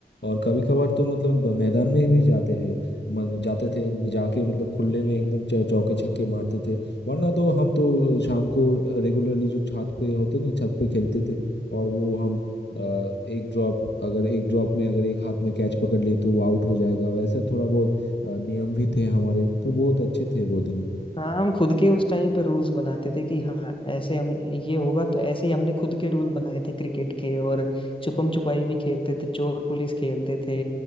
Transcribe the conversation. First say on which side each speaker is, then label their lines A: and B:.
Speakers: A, on the left; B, on the left.
A: और कभी कभार तो मतलब मैदान में भी जाते हैं मतलब जाते थे वो जाके मतलब खुले में एकदम चौ- चौके छक्के मारते थे वरना तो हम तो शाम को रेगुलरली जो छत पे होते ना छत पे खेलते थे और वो हम अ, एक ड्रॉप अगर एक ड्रॉप में अगर एक हाथ में कैच पकड़ लिए तो वो आउट हो जाएगा वैसे थोड़ा बहुत अ, नियम भी थे हमारे तो बहुत अच्छे थे वो दिन
B: हाँ हम खुद के उस टाइम पे रूल्स बनाते थे कि हाँ ऐसे हम ये होगा तो ऐसे ही हमने खुद के रूल बनाए थे क्रिकेट के और छुपम छुपाई भी खेलते थे चोर पुलिस खेलते थे